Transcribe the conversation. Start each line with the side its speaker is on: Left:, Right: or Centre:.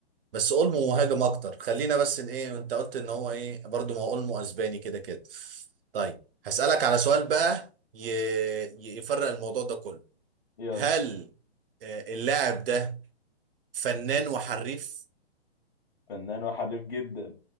Right: بس اولمو مهاجم اكتر خلينا بس ان ايه انت قلت ان هو ايه برضو ما هو اولمو اسباني كده كده طيب هسألك على سؤال بقى ي... ي- يفرق الموضوع ده كله
Left: يلا
Right: هل آه، اللاعب ده فنان وحريف
Left: فنان وحريف جدا